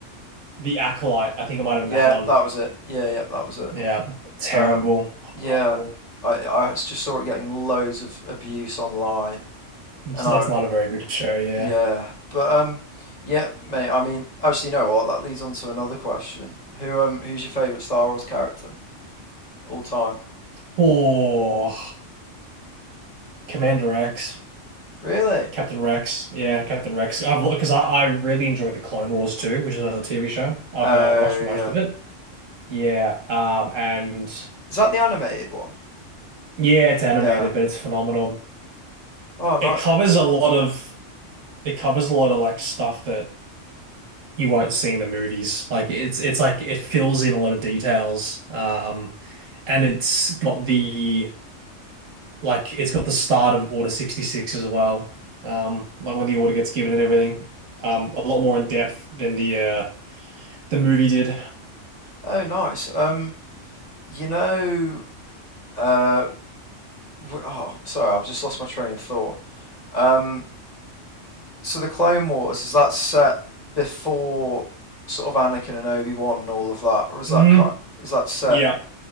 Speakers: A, on the right (about 80°); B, on the left (about 35°).
A: the Acolyte. I think it might have been
B: Yeah,
A: that one.
B: that was it. Yeah, yeah, that was it.
A: Yeah, terrible,
B: Um,
A: horrible.
B: yeah, I I just saw it getting loads of abuse online,
A: It's
B: and
A: that's
B: I
A: not a very good show. Yeah.
B: Yeah, but um, yeah, mate. I mean, actually, you know what? That leads on to another question. Who um, who's your favorite Star Wars character all time?
A: Oh, Commander Rex,
B: Really?
A: Captain Rex, yeah, Captain Rex. I've because I, I really enjoyed the Clone Wars too, which is another TV show. I've
B: Oh
A: uh, watched most
B: yeah.
A: of it. Yeah, um, and
B: Is that the animated one?
A: yeah, it's animated,
B: Yeah.
A: but it's phenomenal.
B: Oh no.
A: It covers a lot of it covers a lot of like stuff that you won't see in the movies. Like it's it's like it fills in a lot of details. Um, and it's got the Like it's got the start of Order 66 as well. Um, like when the order gets given and everything. Um, a lot more in depth than the uh the movie did.
B: Oh nice. Um, you know, uh, w- oh sorry, I've just lost my train of thought. Um, so the Clone Wars is that set before sort of Anakin and Obi-Wan and all of that, or is
A: hmm
B: that kind? Is that set?
A: Yeah.